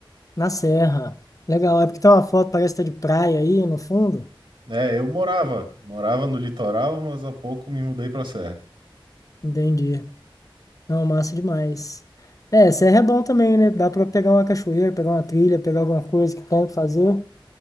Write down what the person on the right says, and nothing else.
É, eu morava, morava no litoral, mas há pouco me mudei pra serra.